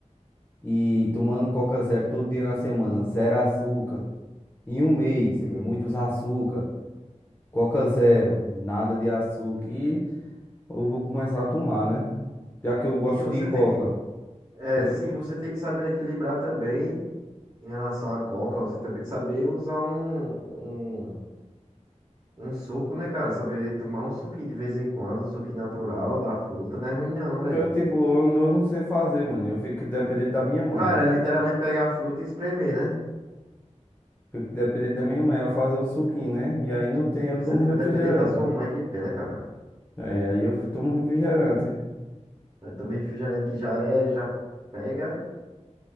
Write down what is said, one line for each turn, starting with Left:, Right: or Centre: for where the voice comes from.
Left: E tomando coca zero todo dia na semana, zero açúcar. Em um mês,
Right: Sim.
Left: muitos açúcar. Coca zero, nada de açúcar. E eu vou começar a tomar, né? Já que eu gosto
Right: Sim, você
Left: de coca.
Right: tem que É,
Left: Já que
Right: se
Left: eu
Right: você
Left: gosto.
Right: tem que saber equilibrar também em relação à coca, você também tem que saber usar um, um, um suco, né, cara? Saber tomar um suquinho de vez em quando, um suquinho natural da fruta, não é ruim não, velho.
Left: Porque eu, tipo, eu, eu não sei fazer, mano. Eu fico dependente da minha mãe.
Right: Cara, é literalmente pegar a fruta e espremer, né?
Left: Fico dependente da minha mãe, ela fazer o suquinho, né? E aí não tem,
Right: Você
Left: eu tomo
Right: fica
Left: refrigerante.
Right: dependente da sua mãe, que pena, cara.
Left: Aí, aí eu tomo refrigerante. O
Right: Aí também refrigerante que já é, já pega.